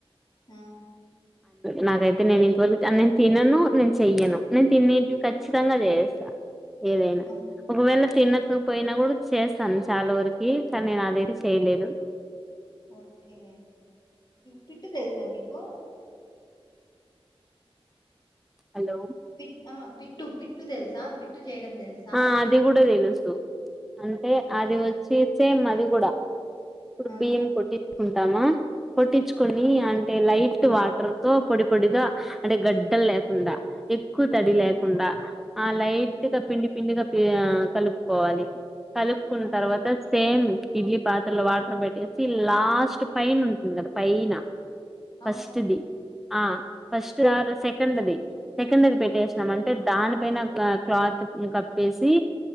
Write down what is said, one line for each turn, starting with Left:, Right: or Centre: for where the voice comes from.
Left: ఆ
Centre: నా దైత్ తే నేను ఇంకో నేను తినను నేను చెయ్యను నేను తినేటివి ఖచ్చితంగా చేయస్తా ఏదైనా
Left: ఆహా
Centre: ఒకవేళ తినకపోయినా
Left: ఆ
Centre: కూడా చేస్తాను చాలా వరకి కానీ నేను అదైతే చేయలేదు
Left: ఓకే పిట్టు తెలుసా నీకు
Centre: హలో
Left: పి ఆ పిట్టు పిట్టు తెలుసా పిట్టు చేయడం తెలుసా
Centre: ఆ అది కూడా తెలుసు అంటే
Left: ఓకే
Centre: అది వచ్చి సేమ్ అది కూడ ఇప్పుడు
Left: ఆ
Centre: బియ్యం కొట్టి <unintelligible> టమ కొట్టించుకొని
Left: ఆ
Centre: అంటే లైట్ వాటర్ తో పొడి పొడిగా అంటే గడ్డలు లేకుండా ఎక్కువ తడి
Left: హ్మ్
Centre: లేకుండా ఆ లైట్గా
Left: హ్మ్
Centre: పిండి పిండిగా పియ కలుపుకోవాలి కలుపుకున్న
Left: హ్మ్
Centre: తర్వాత సేమ్ ఇడ్లీ పాత్రలో వాటర్ పెట్టేసి లాస్ట్ పైన ఉంటుంది కదా పైన
Left: అవును
Centre: ఫస్ట్ ది ఆ ఫస్ట్ కాదు సె కండ్ ది సెకండ్ మీది పెట్టేసినాం అంటే దాని పైన క్లా క్లాత్ ఇంకా వేసి